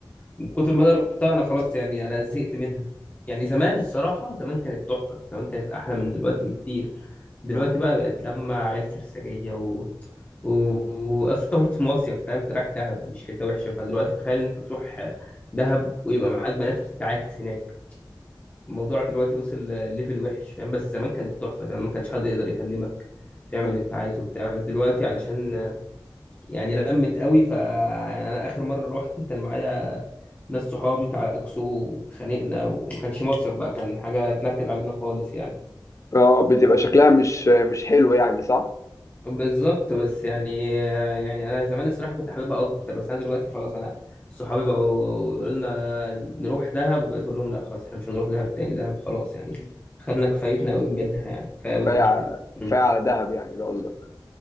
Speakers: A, on the left; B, on the left.
A: من كتر ما انا رحتها انا خلاص يعني انا زهقت منها يعني زمان الصراحة زمان كانت تحفة زمان كانت أحلى من دلوقتي بكتير دلوقتي
B: اه
A: بقى بقت لما عيال سرسجية و و وأصل أنت المفروض في مصيف فاهم أنت رايح دهب مش حتة وحشة فدلوقتي تخيل إن أنت تروح دهب ويبقى معاك بنات وتتعاكس هناك الموضوع دلوقتي وصل ليفل وحش فاهم بس زمان كانت تحفة زمان ما كانش حد يقدر يكلمك تعمل
B: مم.
A: اللي أنت عايزه بتاع بس دلوقتي علشان يعني لمت قوي فانا اخر مره رحت كان معايا ناس صحابي تعاكسوا واتخانقنا وما كانش مصيف بقى كان حاجه اتنكد علينا خالص يعني
B: اه بتبقى شكلها مش مش حلو يعني صح
A: بالظبط بس يعني يعني انا زمان الصراحه كنت حاببها اكتر بس انا دلوقتي خلاص انا صحابي بقوا يقولوا لنا نروح دهب بقيت اقول لهم لا خلاص احنا مش هنروح دهب تاني دهب خلاص يعني خدنا كفايتنا قوي منها يعني كفايه
B: كفاية
A: قوي دهب
B: ع-
A: كده مم.
B: كفاية على دهب يعني ده قصدك